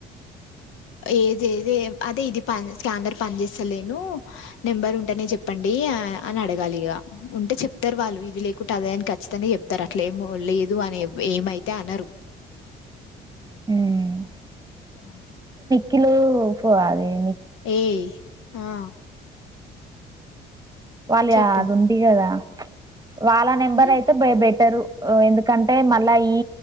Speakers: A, on the left (about 75°); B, on the right (about 15°).
A: ఏది ఏది అదె ఇది పన్ స్కానర్ పని చేసలేను నెంబర్ ఉంటేనే జెప్పండి అని అడగాలి ఇగ ఉంటే చెప్తారు వాళ్ళు ఇదిలేకుట అదైనా ఖచ్చితంగా చెప్తారు అట్లా ఎమూ లేదు వాని ఏవ్ ఏమైతే అనరు
B: మ్మ్
A: మ్మ్
B: కిలో ఉఫ్ఫ అదేయనికి
A: ఏ ఆ
B: వల్య
A: చెప్పు
B: అధిందికదా వాళ్ళ నెంబర్
A: ఉమ్,
B: అయితే బె బెటరు ఒ ఎందుకంటే మళ్ళా ఈ